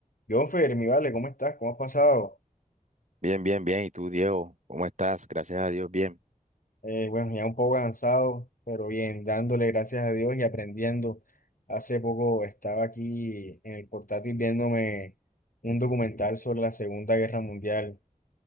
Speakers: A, on the left; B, on the right.
A: Yo, Fermi, vale, ¿cómo estás? ¿Cómo has pasado?
B: Bien, bien, bien. ¿Y tú, Diego? ¿Cómo estás? Gracias a Dios, bien.
A: Eh, bueno, ya un poco cansado, pero bien, dándole gracias a Dios y aprendiendo. Hace poco estaba aquí en el portátil viéndome un documental sobre la Segunda Guerra Mundial.